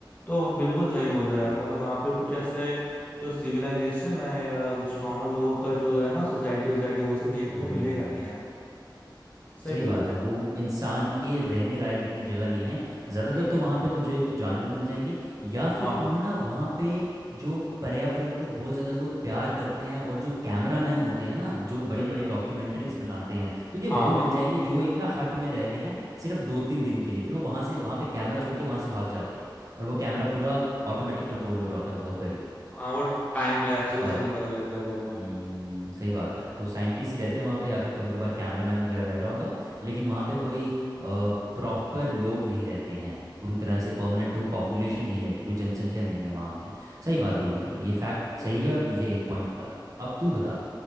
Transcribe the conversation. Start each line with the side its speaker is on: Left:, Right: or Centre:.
Left: तो बिल्कुल सही बोल
Right: हम्म,
Left: रहे हो यार मतलब वहाँ पे कुछ ऐसे जो सिविलाइजेशन है या कुछ नॉर्मल लोगों का जो है ना सोसाइटी सोसाइटी वो सब देखने
Right: हम्म,
Left: को मिलेगा नहीं यार सही
Right: सही
Left: बोल
Right: बात
Left: रहे
Right: है वो इंसान के रहने लायक इतनी जगह नहीं है ज़्यादातर
Left: हो हम्म
Right: तो वहाँ पे तुझे कुछ जानवर मिल जाएंगे या फिर
Left: हाँ
Right: तुम्हें ना वहाँ पे जो पर्यावरण को बहुत ज़्यादा लोग प्यार करते हैं और जो कैमरामैन होते हैं ना जो बड़ी
Left: हम्म
Right: बड़ी डॉक्यूमेंट्रीज बनाते हैं तुझे
Left: हाँ
Right: वो मिल जाएंगे जो एक ना हट में रह रहे हैं सिर्फ दो तीन दिन के लिए फिर वो वहाँ से वहाँ पे कैमरा छोड़ के वहाँ से भाग जाते हैं और वो कैमरा
Left: हम्म,
Right: पूरा ऑटोमेटिक कंट्रोल हो रहा होता है बहुत बड़ी
Left: हाँ वो टाइम लैप्स
Right: सही
Left: वो
Right: बात
Left: सब निकाल
Right: है
Left: लेता है बहुत बार
Right: हम्म सही बात है तो
Left: हम्म,
Right: साइंटिस्ट ही रहते हैं वहाँ पे या फिर कभी कभार कैमरामैन वगैरह रह रहा होगा लेकिन वहाँ पे कोई प्रॉपर लोग नहीं रहते हैं पूरी तरह से परमानेंट कोई पॉपुलेशन नहीं रहती कोई जनसंख्या नहीं है वहाँ की सही बात बोली तूने ये फैक्ट
Left: बिल्कुल
Right: सही है और तुझे एक पॉइंट मिला अब तू बता